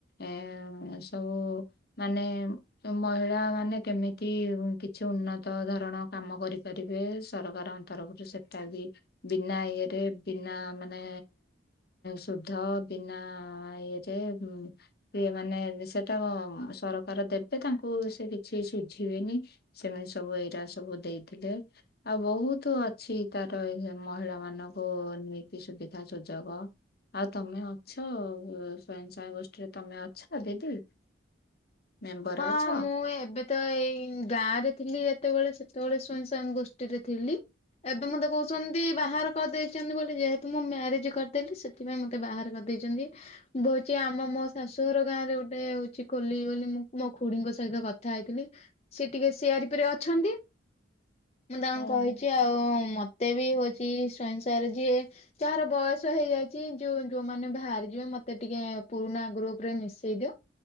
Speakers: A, on the left; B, on the left.
A: ଏଁ ଏସବୁ ମାନେ ତ ମହିଳା ମାନେ କେମିତି ଉଁ କିଛି ଉନ୍ନତ ଧରଣ କାମ କରିପାରିବେ ସରକାର ତରଫରୁ ସେଟା ବି ବିନା ଇଏରେ ବିନା ମାନେ ସୁ ଧ ବିନା ଇଏରେ ପିଏମ୍ ମାନେ ସେଟା କଁ-ଉ-ମ୍ ସରକାର ଦେବେ ତାଙ୍କୁ ସେ କିଛି ସୁଝିବେନି ସୀମିତି ସବୁ ଏଇରା ସବୁ ଦେଇଥିଲେ ଆଉ ବୋହୁତ୍ ଆ ଛି ତାର ଏଇନେ ମହିଳା ମାନଙ୍କୁ ନୀତି ସୁବିଧା ସୁଯୋଗ ଆଉ ତମେ ଅଛ, ସ୍ୱୟଂସହାୟକ ଗୋଷ୍ଠିରେ ତମେ ଅଛ? ଦିଦି। ମେମ୍ବର
B: ହଁ
A: ଅଛ?
B: ମୁଁ ଏବେ ତ ଏଇ ଗାଁ ରେ ଥିଲି ଯେତେବେଳେ ସେତେବେଳେ ସ୍ୱୟଂସାଙ୍ଗ ଗୋଷ୍ଠୀରେ ଥିଲି। ଏବେ ମତେ କୋହୁଛନ୍ତି ବାହାର କରିଦେଇଚନି ବୋଲି, ଯେହେତୁ ମୁଁ ମ୍ୟାରେଜ୍ କରିଦେଲି ସେଥି ସେଥିପାଇଁ ମୋତେ ବାହାର କରିଦେଇଚନ୍ତି। ଭୋଉଚି ଆମ ମୋ-ଓ- ଶାଶୁଘର ଗାଁ ରେ ଗୋଟେ ହୋଉଚି ଖୋଲି ବୋଲି ମୁଁ। ମୋ ଖୁଡିଙ୍କ ସହିତ କଥା ହେଇଥିଲି, ସେ ଟିକେ ସିଆରପି ରେ ଅଛନ୍ତି। ମୁଁ ତାଙ୍କୁ
A: ହଁ
B: କହିଛି
A: ହଁ।
B: ଆଉ ମତେ ବି ହୋଉଚି ସୟଂସାୟକର ଯିଏ ଯାହାର ବୟସ ହେଇଯାଇଛି ଯୋଉ ଯୋଉ ମାନେ ଭାରିଯିବେ ମତେ ଟିକେ ପୁରୁନା ଗ୍ରୁପ୍ ରେ ମିଶେଇ ଦିଅ।